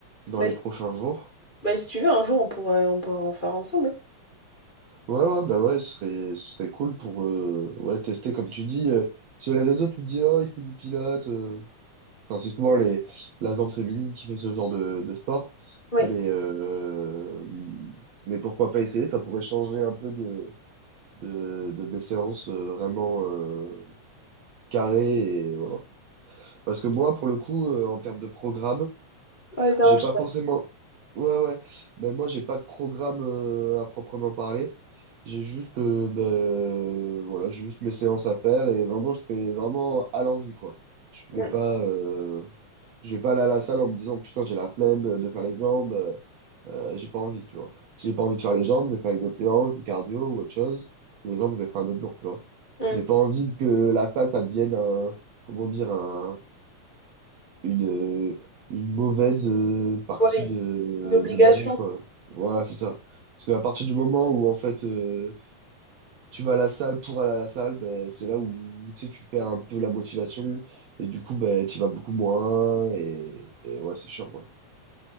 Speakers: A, on the right; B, on the left.
A: dans
B: Bah,
A: les
B: si
A: prochains jours.
B: bah, si tu veux, un jour, on pourrait, on pourra en faire ensemble.
A: Ouais, ouais, bah ouais, ce serait, ce serait cool pour euh, ouais, tester, comme tu dis. euh, sur les réseaux, tu te dis, oh, il fait du Pilate. euh. Enfin, c'est souvent les, la gente féminine qui fait ce genre de, de sport.
B: Oui.
A: Mais, euh, mais pourquoi pas essayer, ça pourrait changer un peu de de, de mes séances euh, vraiment euh, carrées et voilà. Parce que moi, pour le coup, euh, en termes de programme,
B: Ouais, pardon,
A: j'ai
B: je
A: pas
B: sais pas.
A: forcément. Ouais, ouais. Ben moi, j'ai pas de programme euh, à proprement parler. J'ai juste, euh, ben, euh, voilà, juste mes séances à faire et vraiment, je fais vraiment à l'envie, quoi. Je vais
B: Mm,
A: pas, euh, je vais pas aller à la salle en me disant, putain, j'ai la flemme de faire les jambes. euh, euh, j'ai pas envie, tu vois. J'ai pas envie de faire les jambes, je vais faire une autre séance, du cardio ou autre chose. Les jambes, je vais faire un autre jour, tu vois.
B: mm.
A: J'ai pas envie que la salle, ça devienne un, comment dire, un, une, euh, une mauvaise euh, partie
B: Ouais,
A: de,
B: une obligation.
A: de ma vie, quoi. Voilà, c'est ça. Parce qu'à partir du moment où, en fait, euh, tu vas à la salle pour aller à la salle, ben, c'est là où, tu sais, tu perds un peu la motivation et du coup, ben, tu vas beaucoup moins et, et ouais, c'est chiant, quoi.